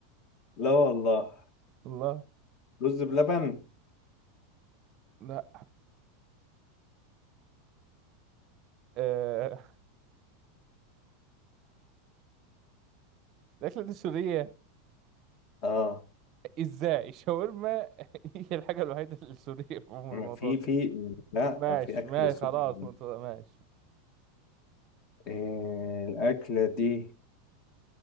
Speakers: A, on the left (about 40°); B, on the right (about 40°).
A: لا والله
B: الله
A: رز بلبن
B: لا آه... الأكلة دي سورية
A: اه
B: إزاي شاورما <laughs> هي الحاجة الوحيدة السورية في عموم الموضوع
A: في
B: ده
A: في لا
B: ماشي
A: في اكل
B: ماشي
A: سوري
B: خلاص مط- ماشي
A: إيه الاكله دي